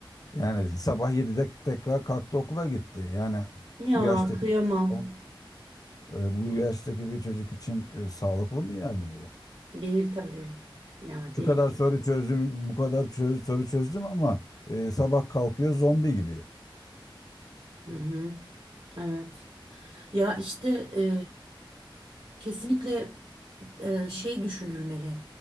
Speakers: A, on the left; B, on the right.
A: Yani sabah 7'de tekrar kalktı okula gitti. Yani
B: Ya
A: bu yaştaki
B: kıyamam.
A: o- e, bu yaştaki bir çocuk için e, sağlıklı mı yani bu?
B: Değil tabii. Ya
A: Şu
B: değil.
A: kadar soru çözdüm, bu kadar çö- soru çözdüm ama e, sabah kalkıyor zombi gibi.
B: Hı hı. Evet. Ya işte e, kesinlikle e, şey düşünülmeli.